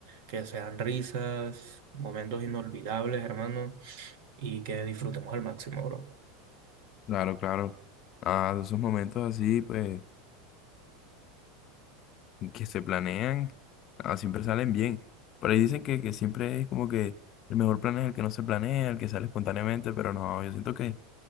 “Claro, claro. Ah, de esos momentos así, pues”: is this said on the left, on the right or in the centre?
Left